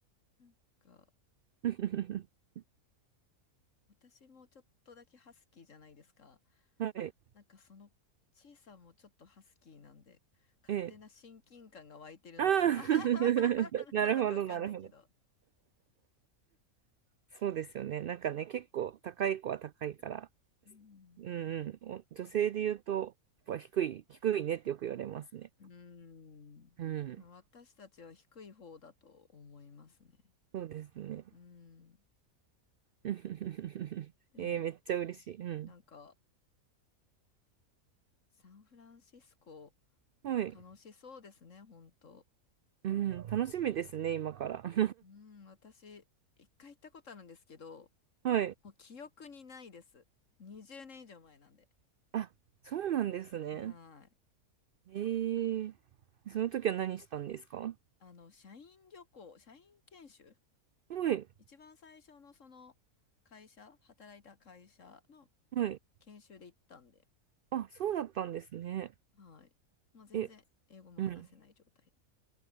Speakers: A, on the left; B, on the right.
A: なんか、
B: <laughs>
A: 私もちょっとだけハスキーじゃないですか。
B: はい。
A: なんかその、ちいさんもちょっとハスキーなんで、勝手な親近感が湧いてるのか、
B: えああー
A: <laughs>
B: <laughs> なるほど、
A: 何なのかわかんないけど。
B: なるほど。そうですよね。なんかね、結構高い子は高いから、
A: うん。
B: うんうん、お女性で言うと、やっぱ低い、低いねってよく言われますね。
A: うーん。
B: うん、
A: 私たちは低い方だと思いますね。
B: そうですね。
A: うん。
B: <laughs> えー、
A: でも、
B: めっちゃ嬉しい。うん、
A: なんか、サンフランシスコ、
B: はい、
A: 楽しそうですね、本当。
B: うん、楽しみですね、今から。<laughs>
A: うん、私、一回行ったことあるんですけど、
B: はい。
A: もう記憶にないです。20年以上前なんで。
B: あ、そうなんですね。
A: はーい。
B: えー、その時は何したんですか
A: あの、社員旅行、社員研修
B: はい、
A: 一番最初のその会社、働いた会社の
B: はい。
A: 研修で行ったんで、
B: あ、そうだったんですね。
A: はい。まあ、全然英語も話せない状態で。
B: え、うん。